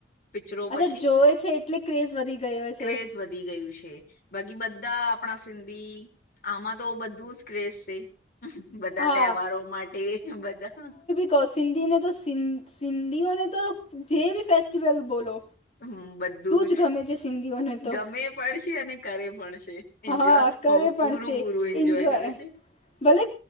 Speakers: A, on the left; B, on the left.
A: પિક્ચરો
B: અચ્છા
A: પછી
B: જોવે છે, એટલે ક્રેઝ વધી ગયો છે.
A: ક્રેઝ વધી ગયું છે, બાકી બધા આપણા સિંધી આમાં તો બધું જ ક્રેસ છે, બધા
B: હા
A: તહેવારો માટે બધા
B: ક સિંધીને તો સિ સિંધીઓને તો જે બી ફેસ્ટીિવલ બોલો
A: હમ બધું
B: જ ગમે છે સિંધીઓને તો
A: જ ગમે પણ છે, અને કરે પણ છે. એન્જોય
B: હા કરે પણ
A: પૂરું
B: છે,
A: પૂરું
B: એન્જોય
A: કરે છે
B: ભલે